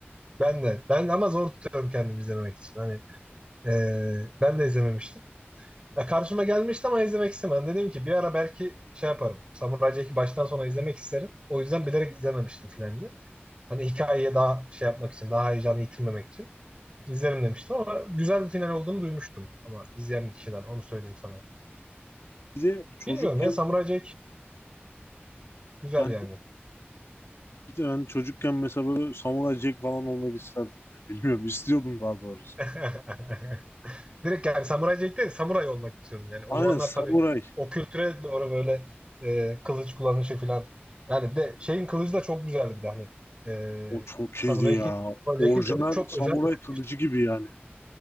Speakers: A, on the right; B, on the left.
A: Ben de. Ben ama zor tutuyorum kendimi izlememek için. Hani Ee, ben de izlememiştim. Ya karşıma gelmişti ama izlemek istemedim. Dedim ki bir ara belki şey yaparım. Samuray Jack'i baştan sona izlemek isterim. O yüzden bilerek izlememiştim finalini. Hani hikayeye daha şey yapmak için, daha heyecanı yitirmemek için izlerim demiştim ama güzel bir final olduğunu duymuştum. Ama izleyen bir kişiden onu söyleyeyim sana.
B: Bir de çocukken
A: Bilmiyorum ya Samuray Jack güzel
B: hani,
A: yani.
B: bir de hani çocukken mesela böyle Samuray Jack falan olmak isterdim. ya. Bilmiyorum istiyordum daha doğrusu.
A: <laughs> Direkt yani samuray Jack değil, samuray olmak istiyordum. Yani o
B: Aynen
A: zamanlar
B: Samuray.
A: tabii o kültüre doğru böyle e, kılıç kullanışı falan. Yani bir de şeyin kılıcı da çok güzeldi bir de hani. E,
B: O çok
A: samuray
B: iyiydi ya.
A: Jack'in Samurai
B: Orijinal
A: Jack'in kılıcı çok
B: Samuray
A: özel bir kılıç.
B: kılıcı gibi yani.